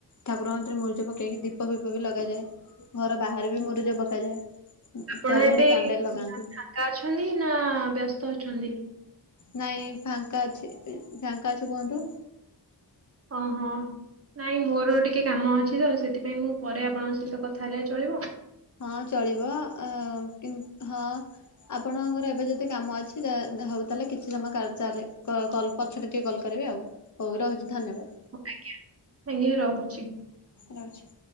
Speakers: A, on the left; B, on the right.
A: ଠାକୁରଙ୍କ କତିରେ ମୁରୁଜ ପକେଇକି ଦୀପ ଫିପ ବି ଲଗାଯାଏ ଘର ବାହାରେ ବି ମରୁଜ ପକା ପକାଯାଏ।
B: ଆପଣ
A: ଚାରିଆଡେ
B: ଏବେ
A: କ୍ୟାଣ୍ଡେଲ
B: ଫାଙ୍ଗା
A: ଲଗାନ୍ତି।
B: ଅଛନ୍ତି ନା ବ୍ୟସ୍ତ ଅଛନ୍ତି?
A: ନାଇଁ ଫାଙ୍କା ଅଛି ଫାଙ୍କା ଅଛି କୁହନ୍ତୁ?
B: ହଁ ହଁ। ନାଇଁ ମୋର ଟିକେ କାମ ଅଛି ତ ସେଥିପାଇଁ ମୁଁ ପରେ ଆପଣଙ୍କ ସହିତ କଥା ହେଲେ ଚଳିବ?
A: ହଁ ଚଳିବ ଅ କି ହଁ। ଆପଣଙ୍କର ଏବେ ଯଦି କାମ ଅଛି ହଉ ତାହେଲେ କିଛି ସମୟ ଚାଲେ <unintelligible> ପଛରେ ଟିକେ କଲ୍ କରିବି ଆଉ ହଉ ରହୁଛି ଧନ୍ୟବାଦ।
B: ଆଜ୍ଞା ଆଜ୍ଞା ରହୁଛି।
A: ରହୁଛି।